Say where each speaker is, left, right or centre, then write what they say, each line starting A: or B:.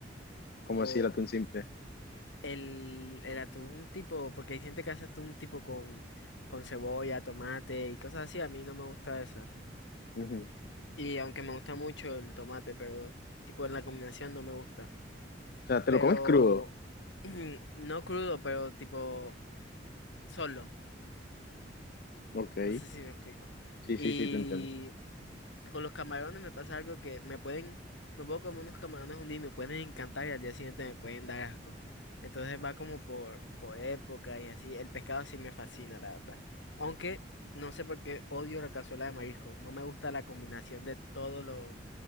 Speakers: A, on the left; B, on the left.
A: como
B: O
A: así el atún simple.
B: el, el atún tipo, porque hay gente que hace atún tipo con, con cebolla, tomate y cosas así. A mí no me gusta eso.
A: Ujú.
B: Y aunque me gusta mucho el tomate, pero tipo en la combinación no me gusta.
A: O sea, te
B: Pero
A: lo comes crudo,
B: <clears throat> no crudo, pero tipo solo.
A: ok.
B: No sé si me explico.
A: Sí,
B: Y
A: sí, sí, te entiendo.
B: con los camarones me pasa algo que me pueden, me puedo comer unos camarones un día y me pueden encantar y al día siguiente me pueden dar asco. Entonces va como por, por época y así. El pescado sí me fascina, la verdad. Aunque no sé por qué odio la cazuela de marisco. No me gusta la combinación de todos los